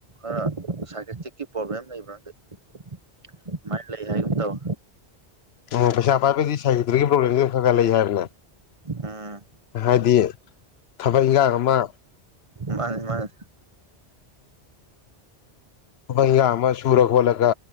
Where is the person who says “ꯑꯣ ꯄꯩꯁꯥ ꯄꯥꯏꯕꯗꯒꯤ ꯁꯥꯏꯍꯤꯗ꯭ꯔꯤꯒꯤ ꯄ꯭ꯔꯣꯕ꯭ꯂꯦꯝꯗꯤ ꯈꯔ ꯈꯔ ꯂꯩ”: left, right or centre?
Left